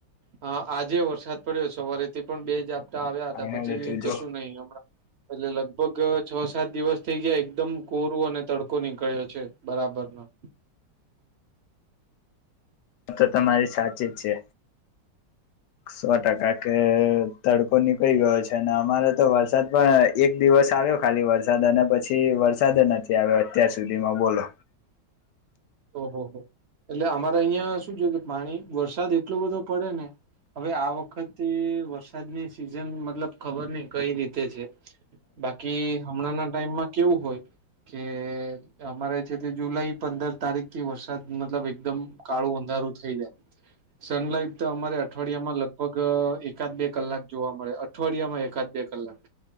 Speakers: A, on the right; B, on the left.
A: હ આજે વરસાદ પડ્યો સવારેથી પણ બે જ આવ્યા
B: ફાઈનલી
A: હતા પછી
B: તું જો
A: કશું નહી હમણાં એટલે લગભગ છ સાત દિવસ થઇ ગયા એકદમ કોરું અને તડકો નીકળ્યો છે બરાબર હ <inaudible>
B: આ તો તમારી સાચી જ છે. સો ટકા કે તડકો નીકી ગયો છે ને અમારે તો વરસાદ પણ એક દિવસ આવ્યો ખાલી વરસાદ અને પછી વરસાદ નથી આવ્યો અત્યાર સુધીમાં બોલો
A: ઓહહ એટલે અમારે અહિયાં શું છે કે પાણી વરસાદ એટલો બધો પડે ને હવે આ વખતે વરસાદની સિઝન મતલબ ખબર નહ કઈ રીતે છે. બાકી હમણાં ના ટાઈમમાં કેવું હોય કે અમારે છે તે જુલાઈ પંદર તારીખ થી વરસાદ મતલબ એકદમ કાળું અંધારું થઈ જાય. સનલાઈટ તો અમારે અઠવાડિયા માં લગભગ એકાદ બે કલાક જોવા મળે. અઠવાડિયામાં એકાદ બે કલાક